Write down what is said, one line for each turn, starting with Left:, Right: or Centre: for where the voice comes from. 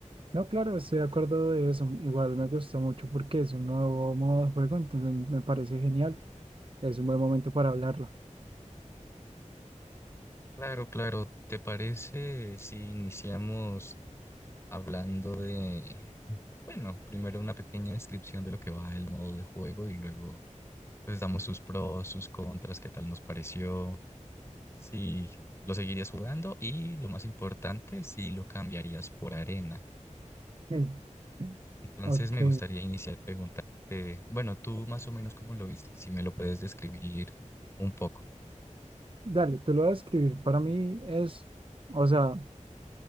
Right: No, claro, estoy de acuerdo de eso. Igual me gustó mucho porque es un nuevo modo de juego, entonces me parece genial. Es un buen momento para hablarlo.
Left: Claro, claro, ¿te parece si iniciamos hablando de, bueno, primero una pequeña descripción de lo que va el modo de juego y luego pues damos sus pros, sus contras, qué tal nos pareció? si lo seguirías jugando y lo más importante, si lo cambiarías por arena.
Right: Mm.
Left: Entonces
Right: Ok,
Left: me gustaría iniciar preguntarte, bueno, tú más o menos cómo lo viste, si me lo puedes describir un poco.
Right: dale, te lo voy a escribir. Para mí es, o sea,